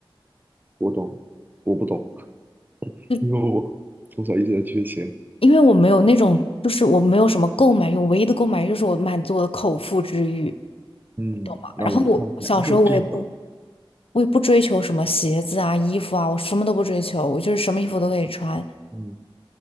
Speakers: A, on the right; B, on the left.
A: 我懂，我不懂，
B: 就
A: 因为我从小一直在缺钱，
B: 因为我没有那种，就是我没有什么购买欲，我唯一的购买欲就是我满足我的口腹之欲，
A: 嗯，
B: 懂吗？
A: 那我那我还这这种我，
B: 然后我小时候我也不，我也不追求什么鞋子啊、衣服啊，我什么都不追求，我就是什么衣服都可以穿。
A: 嗯